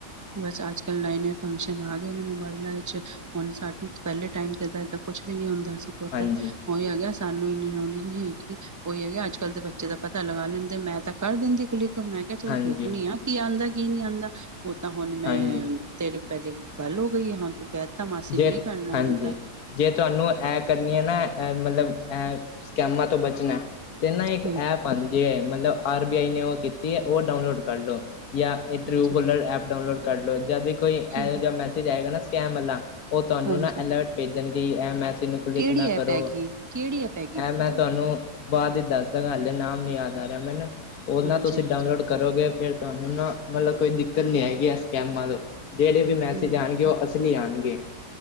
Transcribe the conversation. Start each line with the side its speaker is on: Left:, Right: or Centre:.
Right: ਬਸ ਅੱਜ ਕੱਲ ਨਏ-ਨਏ ਫੰਕਸ਼ਨ ਆ ਗਏ ਨੇ ਮੋਬਾਇਲਾਂ 'ਚ ਹੁਣ ਸਾਨੂੰ ਪੈਲੇ ਟਾਈਮ ਤੇ ਕੁਛ ਵੀ ਨੀ ਹੁੰਦਾ ਸੀ ਟੋਟਲ
Left: ਹਾਂਜੀ
Right: ਉਹੀ ਹੋ ਹੈਗਾ ਸਾਨੂੰ ਇੰਨੀ ਨੌਲੇਜ ਨਈ ਹੈਗੀ। ਉਹੀ ਹੈਗਾ ਅੱਜ ਕੱਲ੍ਹ ਦੇ ਬੱਚੇ ਦਾ ਪਤਾ ਲਗਾ ਲੈਂਦੇ ਮੈਂ ਤਾਂ ਕਰ ਦਿੰਦੀ ਕਲੀਕ ਮੈਂ ਕਿਆ ਚਲੋ
Left: ਹਾਂਜੀ
Right: ਵੇਖਣੀ ਆ ਕੀ ਆਂਦਾ ਕੀ ਨਈ ਆਂਦਾ ਓ ਤਾਂ ਹੁਣ ਮੈਂ
Left: ਹਾਂਜੀ
Right: ਤੇਰੇ ਪੈਲੇ ਗੱਲ ਹੋ ਗਈ ਹੈ ਹਾਂ ਤੂੰ ਕਹਿ ਦਿੱਤਾ ਮਾਸੀ
Left: ਜੇ
Right: ਨਈ ਕਰਨਾ
Left: ਹਾਂਜੀ
Right: ਹੁਣ ਤਾਂ
Left: ਜੇ ਤੁਹਾਨੂੰ ਐ ਕਰਨੀ ਐ ਮਤਲਬ ਐ ਸਕੈਮਾਂ ਤੋਂ ਬਚਣਾ। ਤੇ ਨਾ ਇੱਕ
Right: ਹੂੰ
Left: ਐਪ ਆਂਦੀ ਹੈ ਮਤਲਬ ਆਰ ਬੀ ਆਈ ਨੇ ਓ ਕੀਤੀ ਹੈ ਓ ਡਾਊਨਲੋਡ ਕਰ ਲੋ। ਜਾਂ ਇਹ ਟਰੂ
Right: ਅੱਛਾ
Left: ਹੋਲਡਰ ਐਪ ਡਾਊਨਲੋਡ ਕਰ ਲੋ ਜਦ ਵੀ ਕੋਈ
Right: ਕਿਹੜੀ
Left: ਮੈਸੇਜ ਆਏਗਾ ਨਾ ਸਕੈਮ ਆਲਾ ਓ ਤੁਹਾਨੂੰ
Right: ਹਾਂਜੀ
Left: ਨਾ ਅਲਰਟ ਭੇਜਣਗੇ ਐ ਮੈਂਸਜ ਨੂੰ ਕਲਿੱਕ
Right: ਕਿਹੜੀ
Left: ਨਾ
Right: ਐਪ
Left: ਕਰੋ
Right: ਹੈਗੀ ਏ ਕਿਹੜੀ ਐਪ ਹੈਗੀ
Left: ਇਹ
Right: ਪੁੱਤ
Left: ਮੈਂ
Right: ਉਹ
Left: ਤੁਹਾਨੂੰ ਬਾਦ ਹੀ ਦੱਸ ਦਾਂਗਾ ਹਲੇੇ ਨਾਮ ਨਈ ਯਾਦ ਆ ਰਿਆ ਮੈਨੂੰ ਓ
Right: ਹਾਂਜੀ-ਹਾਂਜੀ-ਹਾਂਜੀ
Left: ਨਾ ਤੁਸੀਂ ਡਾਊਨਲੋਡ ਕਰੋਗੇ ਫਿਰ ਤੁਹਾਨੂੰ ਨਾ ਮਤਲਬ ਕੋਈ ਦਿੱਕਤ ਨਈ ਆਏਗੀ ਐ ਸਕੈਮਾਂ ਤੋਂ ਜੇੜੇ ਵੀ ਮੈਸੇਜ
Right: ਹੂੰ
Left: ਆਣਗੇ ਓ ਅਸਲੀ ਆਣਗੇ।